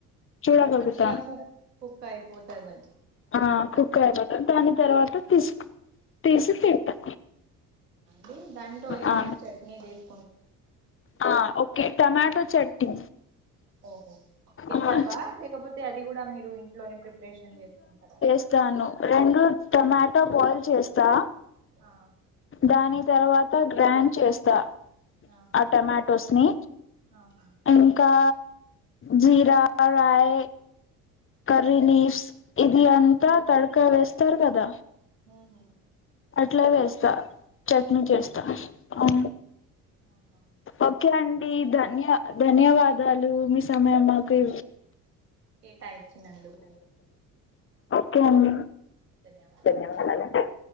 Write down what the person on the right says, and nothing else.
మంచిగా కుక్ కుక్ అయిపోతది
డి దాంట్లో ఏదైనా
చట్నీ తీస్
ఓహో కేచాపా
లేకపోతే అది కూడా మీరు ఇంట్లోనే ప్రిపరేషన్ చేసుకుంటరా
ఆ
ఆహా
ఆహా
హా
అవునా
ఆహా
కేటాయిచ్చి నందుకు
ధన్యవాదాలండి